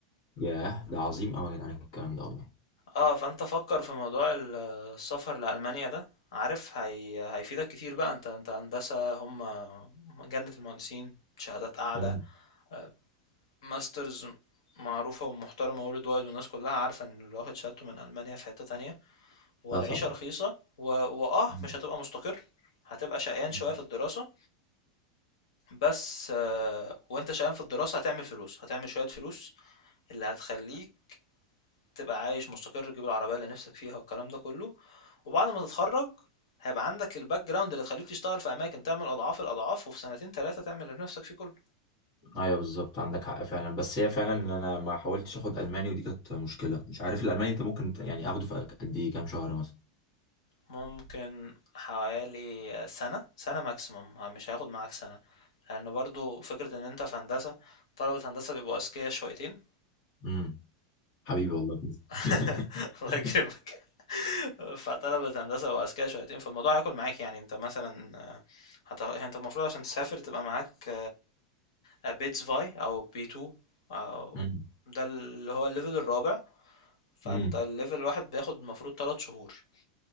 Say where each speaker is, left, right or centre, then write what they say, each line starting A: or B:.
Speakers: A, on the left; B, on the left.
A: ياه ده عظيم قوي يا جدعان الكلام ده والله
B: اه فانت فكر في موضوع ال- السفر لألمانيا ده عارف هي... هيفيدك كتير بقى انت انت هندسة هم جنة المهندسين شهادات أعلى
A: امم
B: آه، ماسترز معروفة ومحترمة worldwide والناس كلها عارفة ان اللي واخد شهادته من ألمانيا في حتة تانية والعيشة
A: اه طبعا
B: رخيصة و... وآه
A: مم.
B: مش هتبقى مستقر هتبقى شقيان
A: مم.
B: شوية في الدراسة بس آه، وانت شقيان في الدراسة هتعمل فلوس هتعمل شوية فلوس اللي هتخليك تبقى عايش مستقر تجيب العربية اللي نفسك فيها والكلام ده كله وبعد ما تتخرج هيبقى عندك الباك جراوند اللي تخليك تشتغل في أماكن تعمل أضعاف الأضعاف وفي سنتين تلاتة تعمل اللي نفسك فيه كله
A: ايوه بالظبط عندك حق فعلا بس هي فعلا إن انا ما حاولتش اخد الماني ودي كانت مشكله مش عارف الالماني انت ممكن ت- يعني اخده في قد ايه كام شهر مثلا
B: ممكن حوالي سنة سنة ماكسيموم مش هياخد معاك سنة لأن يعني برضو فكرة إن أنت في هندسة طلبة هندسة بيبقوا أذكياء شويتين
A: امم حبيبي والله
B: <laughs>
A: <laughs>
B: الله يكرمك. فطلبة هندسة وأذكياء شويتين فالموضوع هياكل معاك يعني أنت مثلًا هت أنت المفروض عشان تسافر تبقى معاك بيتس فاي أو B2 أو
A: امم
B: ده اللي هو الليفل الرابع فأنت
A: امم
B: الليفل الواحد بياخد المفروض تلات شهور